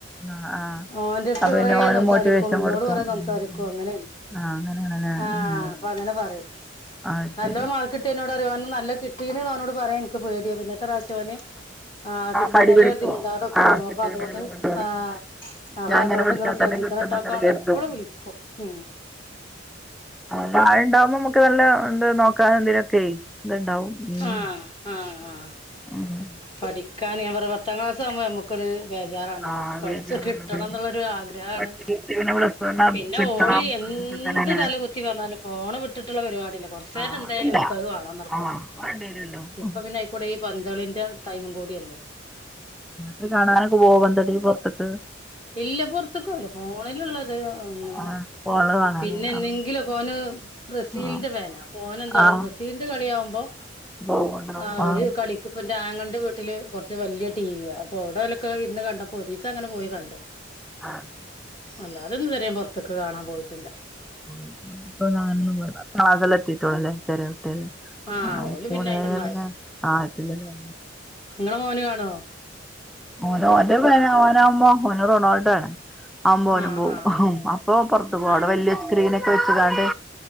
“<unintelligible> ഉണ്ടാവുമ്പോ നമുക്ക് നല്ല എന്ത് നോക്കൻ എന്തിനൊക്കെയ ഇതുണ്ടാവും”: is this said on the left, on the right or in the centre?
Centre